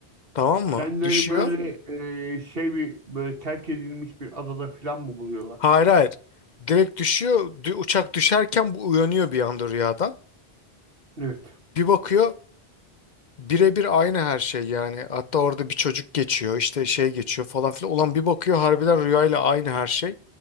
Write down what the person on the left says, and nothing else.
Tamam mı?
Düşüyor.
Hayır hayır. Direkt düşüyor. Dü- uçak düşerken bu uyanıyor bir anda rüyadan.
Bir bakıyor birebir aynı her şey yani. Hatta orada bir çocuk geçiyor işte şey geçiyor falan filan. Ulan bir bakıyor harbiden rüyayla aynı her şey.